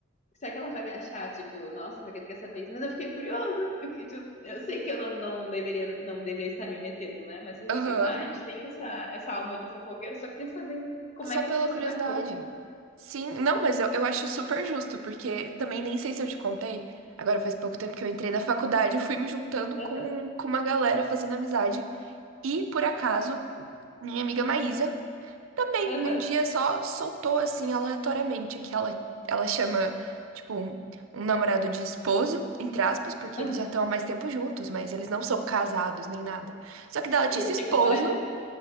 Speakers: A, on the left (about 35°); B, on the right (about 85°).
A: Será que ela vai me achar, tipo, nossa, você quer saber isso? Mas eu fiquei curiosa. Porque, tipo, eu sei que eu não, não deveria, não deveria estar me metendo, né? Mas
B: Aham.
A: sei lá, a gente tem essa, essa alma de fofoqueiro, só quer saber como
B: Só
A: é
B: pela
A: que você
B: curiosidade.
A: dá conta.
B: Sim, não, mas eu, eu acho super justo, porque também nem sei se eu te contei. Agora faz pouco tempo que eu entrei na faculdade, eu fui me juntando
A: Aham,
B: com, com uma galera fazendo amizade. E por acaso, minha amiga Maísa também
A: aham,
B: um dia só soltou assim aleatoriamente que ela, ela chama, tipo, um, um namorado de esposo, entre aspas, porque
A: aham.
B: eles já estão há mais tempo juntos, mas eles não são casados nem nada. Só que daí ela disse
A: E eles
B: esposo.
A: chegam a morar juntos.